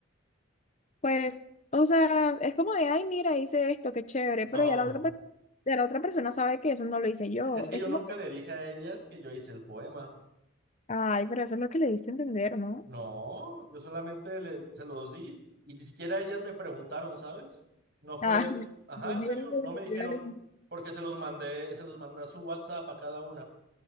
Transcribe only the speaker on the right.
No.
Es que
yo
nunca
le dije a ellas que yo hice el poema.
No, yo solamente le- se los di y ni siquiera ellas me preguntaron, ¿sabes? No fue
de,
ajá,
en
serio,
no
me dijeron,
porque se los mandé, se los mandé a su WhatsApp a cada una